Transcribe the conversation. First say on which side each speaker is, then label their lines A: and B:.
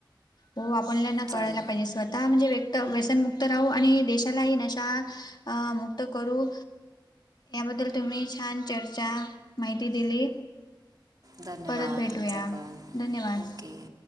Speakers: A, on the left; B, on the right.
A: हो आपल्यांना
B: चाल
A: कळायला पाहिजे स्वतः म्हणजे व्यक्त व्यसनमुक्त राहू आणि देशालाही नशा अ मुक्त करू. याबद्दल तुम्ही छानचर्चा माहिती दिली.
B: धन्यवाद
A: परत भेटूया.
B: तुमचा पण
A: धन्यवाद.
B: ओके